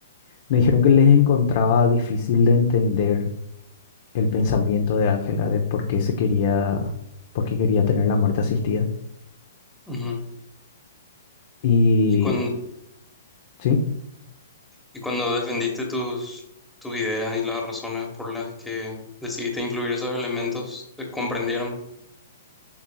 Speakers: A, on the left (about 55°); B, in the centre.
A: me dijeron que les encontraba difícil de entender el pensamiento de Ángela de por qué se quería, por qué quería tener la muerte asistida.
B: ujú.
A: Y
B: Y cuando,
A: sí,
B: y cuando defendiste tus, tus ideas y las razones por las que decidiste incluir esos elementos, te comprendieron.